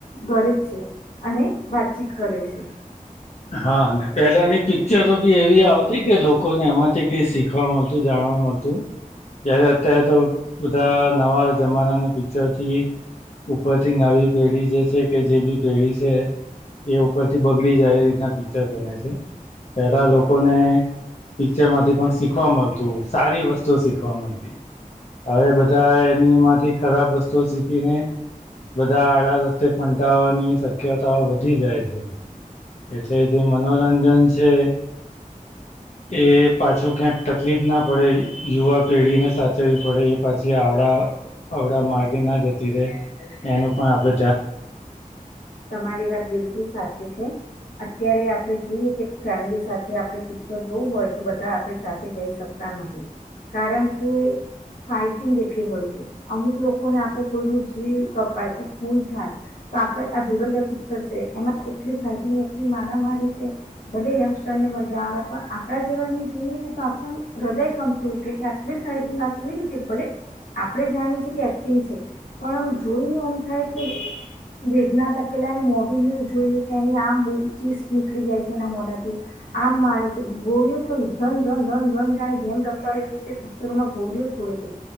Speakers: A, on the left (about 75°); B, on the left (about 50°).
A: ઘે છે અને વાતચીત કરે છે.
B: હા પેલાની પિક્ચરો બી એવી આવતી કે લોકોને એમાંથી કઈ શીખવા મળતું જાણ જારે અત્યારે તો બધા નવા જમાનાના પિક્ચરથી ઉપરથી નવી પેઢી જે છે કે જે બી પેઢી છે એ ઉપરથી બગડી જાય. ના પિક્ચર બને છે પેલા લોકોને પિક્ચરમાંથી પણ શીખવા મળતું સારી વસ્તુ શીખવા મળતી. હવે બધા એનીમાંથી ખરાબ વસ્તુ શીખીને બધા આડા રસ્તે ફંટાવાની શક્યતા વધી જાય છે. એટલે જે મનોરંજન છે એ પાછું ક્યાંક તકલીફ ના પડે યુવા પેઢી ને સાચવવી પડે એ પાછી આવડા અડા માર્ગે ના જતી રે એનું પણ આપડે
A: તમારી વાત બિલકુલ સાચી છે. અત્યારે આપડે જોઈએ કે ફેમિલી સાથે આપડ પિક્ચર જોવું હોય તો બધા આપડે સાથે જઈ શકતા નથી કારણ કે ફાઈટિંગ એટલી હોય છે અમુક લોકોને આપણે કોઈ ન જીવ કપાય કે ખૂન થાય તો આપડ આ ધુરંધર પિક્ચર છે એમાં એટલી ફાઈટિંગ એટલી મારામારી છે ભલે એમ. મજા આવે પણ આપણા જેવાને જોઈએ ને તો આપણે આમ હૃદય કમ્પ્લી ઉેઠે કે આટલી સાયટિંગ <unintelligible> કેવી રીતે ભલે આપણેે જાણીએ છે કે એક્ટિંગ છે, પણ આમ જોઈને એમ થાય કે
B: હ
A: વેદનાથ પેલા એને મોઢુંને જોઈએ કે એની આમ ચીસ નીકળી જાય છે એના મોઢાથી આમ મારે છે ઘોળીઓ તો ધન ધન ધન ધન જાણે ગેમ રમતા હોય એવી રીતે પિક્ચરોમાં ઘોળીઓ છોડે